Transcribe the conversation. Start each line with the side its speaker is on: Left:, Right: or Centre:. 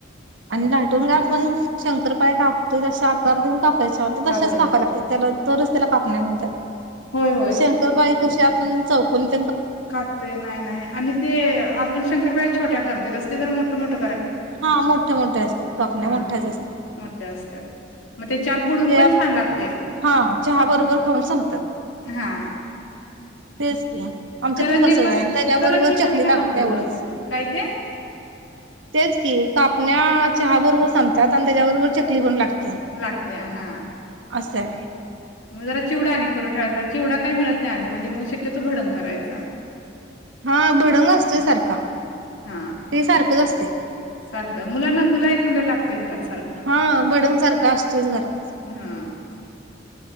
Right: आणि लाटून काय आपण शंकरपाळ्या कापतोय तस आकार देऊन. कापायच ते तसचं
Left: कापायचे
Right: कापाय लागतात त्याला. तरच त्याला कापण्या म्हणत्यात.
Left: होय
Right: शंकरपाळी कशी आपण. चौकीत.
Left: कापतोय नाही नाही आणि ते आपण <inaudible> छोट्या करत असते तरर मोठ मोठ.
Right: हा मोठ्या मोठ्या असत्यात कपण्या
Left: हा
Right: मोठ्याच असतात.
Left: मोठ्या असतात मग ते चात बुडून
Right: ते
Left: पण छान लागतय.
Right: हा चहा बरोबर खाऊन संपत्यात.
Left: हा
Right: तेच की. आमच्यात
Left: करंजी
Right: पण तसंचाय त्याच्याबरोबर
Left: करंजी
Right: चकली
Left: पण चहा
Right: लागत्या
Left: बरोबर
Right: एवढच
Left: खातात काय ते
Right: तेच की कापण्या चहा बरोबर संपत्यात आणि त्याच्याबरोबर चकली पण लागत
Left: लागत्या हा
Right: असाय
Left: मग जरा चिवडा आणि करून ठेवायचा चिवडा काय मिळत नाही आधी मधी मग शक्यतो भडंग करायचं. चा
Right: हा भडंग असतोय सारखा
Left: हा
Right: ते सारखंच असतय.
Left: सारखं मुलांना मुलं आहेत म्हणल्यावर लागतय घरात. सारखं
Right: हा भडंगसारखा असतोयच घरात.
Left: हा